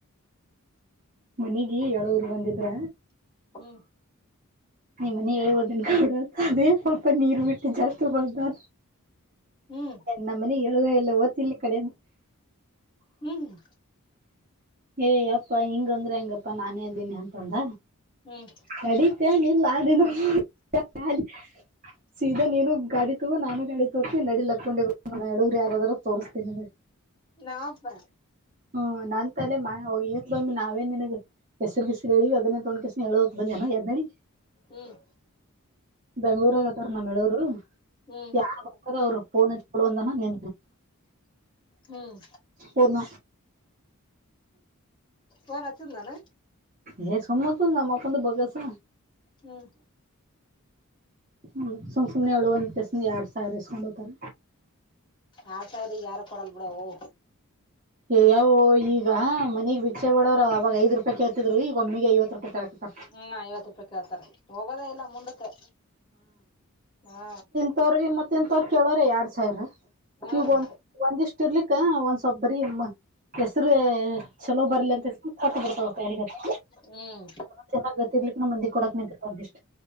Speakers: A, on the right; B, on the left.
A: ಮನೆಗ ಯಳ ರ್ ಬಂದಿದ್ರ
B: ಹ್ಮ್
A: ನಿಮ್ಮ ಮನ ಹೇಳ್ಬೋದನ್ ಕೂಡ ಅದೇ ಸ್ವಲ್ಪ ನೀರು ಬಿಟ್ಟು ಜಾಸ್ತಿ ಬ್ದ
B: ಹ್ಮ್
A: ನಮ್ಮನೆ ಹೇಳಳುದ ಇಲ್ಲ ಓದತಿಲಿ ಕಡೆ
B: ಹ್ಮ್
A: ಏಯ ಅಪ್ಪಾ ಹಿಂಗಂದ್ರ ಹಂಗಪ್ಪಾ ನಾನೇ ಇದ್ದೀನಿ ಅಂತಂದ
B: ಹ್ಮ್
A: ನಡೀತೇನೆ ಇಲ್ಲ ಅನ <unintelligible> <unintelligible> ಸೀದಾ ನೀನು ಗಾಡಿ ತಗೋ ನಾನು ಗಾಡಿ ತೋತೀನಿ ನಡಿಲಿ ಹಕ್ಕೊಂಡಿಗಡೂರು ಯಾರ್ದಾದಾರೂ ನ ತೋರಿಸ್ತುನಿ
B: ನಾವಪ್ಪ
A: ಹ್ಮ ನನ್ ಕಲೆ ಮಾ ಹ ಬಮ್ಮ್ ನಾವೇನ್ ನಿನಗ್ ಹೆಸರು ಬಿಸಿಲು ಹೇಳಿ ಅದನ್ನೇ ತೋಕಿಸ ಹೇಳೋ ಬಂದಿನ ಎದ್ದಡಿ
B: ಹ್ಮ್
A: ಬೆಂಗಳೂರ್ಗತ್ತಾರ ನಮ್ಮ್ರು
B: ಹ್ಮ್
A: ಯ ಅವ್ರುಫೋನ್ ಇಟ್ ಕೊಡು ಅದನಾ ನಿ
B: ಹ್ಮ್
A: ಹೋದ್ನ
B: ನ್ ನಚ್ಚದಾನ
A: ಹ ಸುಮ್ಮತ ನಮ್ಮಪ್ಪಂತ ಬಗಸ
B: ಹ್ಮ್
A: ಹ್ಮ ಸುಮ್ ಸುಮನೆ ಎಳುಂತ ಕೆಸ ಎರಡ್ ಸಾವಿರ ಇಸ್ಕೊಂಡ್ ಹೋಗತಾರ
B: ಆರು ಸಾವಿರ ಯಾರು ಕೊಡಲ್ ಬಿಡವು
A: ಹ <inaudible> ಯಾವವು ಈಗ ಮನೆಗ್ ಭಿಕ್ಷೆ ಬಡೋರ ಅವಾಗ ಐವಥ್ ರೂಪಾಯಿ ಕೇಳ್ತಿದ್ರು ಈಗ ಒಮ್ಮಿಗೆ ಐವತ್ತು ರೂಪಾಯಿ ಕರ
B: ಹಾ ಐವತ್ತು ರೂಪಾಯ ಕೇಳ್ತಾರೆ ರೆ ಹೋಗೋದ ಇಲ್ಲ ಮುಂದಕ್ಕೆ ಹಾ
A: ತ್ರ ಮತ್ತೇನ್ ತ್ರ ಕೇಳೋರ ಎರಡ್ ಸೈಇವ
B: ಹ್ಮ್
A: ಒಂದ ಒಂದಿಷ್ಟ ತಿರ್ಲಿಕ್ಕ ಒಂದ್ ಸ್ಬ್ ಬರಿ ಹೆಸರು ಚಲೋ ಬರ್ಲಿ ಅಂತ ಕಟ್ಟ ಬಿಡ್ತಾವಪ್ಪಲ್ಲಿ ಗತ್ತ
B: ಹ್ಮ್
A: ಚೆನ್ನಾಗ ಗತ್ತಿರ್ಲಿಕ್ಕಕ್ ನ ಮಂದಿ ಕೊಡಕ್ ನಿಂತ.